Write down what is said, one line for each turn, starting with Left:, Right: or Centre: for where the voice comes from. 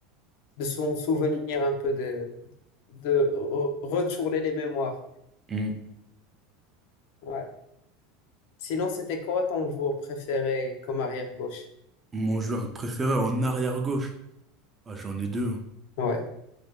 Left: de s'en souvenir un peu, de, de re- retourner les mémoires.
Right: mm, mm, mm.
Left: Ouais. Sinon, c'était quoi ton joueur préféré comme arrière-gauche?
Right: Mon joueur préféré en arrière-gauche. Ah, j'en ai deux. hein.
Left: Ouais.